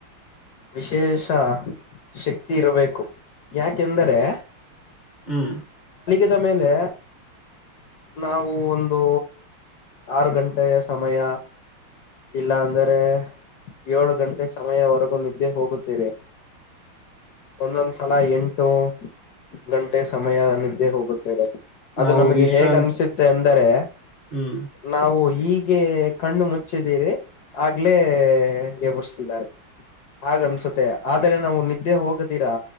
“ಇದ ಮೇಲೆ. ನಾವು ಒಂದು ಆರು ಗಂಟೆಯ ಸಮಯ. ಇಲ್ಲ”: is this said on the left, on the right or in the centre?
Left